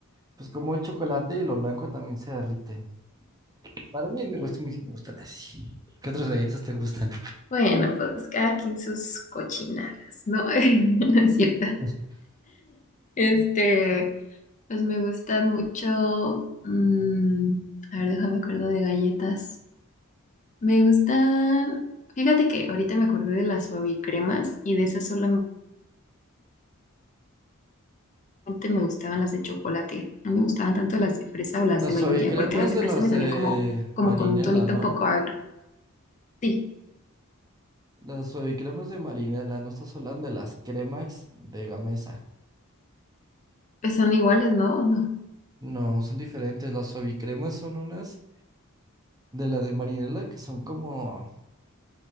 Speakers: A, on the right; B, on the left.
A: pues como el chocolate y lo blanco también se derriten. Para mí me gusta, me, me gustan así. ¿Qué otras galletas te gustan?
B: Bueno, pues cada quien sus cochinadas, ¿no? <laughs> No es cierto.
A: <laughs>
B: Este, pues me gustan mucho. mm, a ver, déjame acuerdo de galletas. Me gustan. Fíjate que ahorita me acordé de las suavicremas y de esas solamente. Antes me gustaban las de chocolate, no me gustaban tanto las de fresa o las
A: Las
B: de vainilla,
A: suavicremas
B: porque las de
A: de
B: fresa
A: las
B: me
A: de
B: sabían como, como
A: Marinela,
B: con un tonito
A: ¿no?
B: un poco agrio. Sí,
A: Las suavicremas de Marinela, no estás hablando de las cremax de Gamesa.
B: pues son iguales, ¿no? <laughs> No.
A: No, son diferentes. Las suavicremas son unas de las de Marinela que son como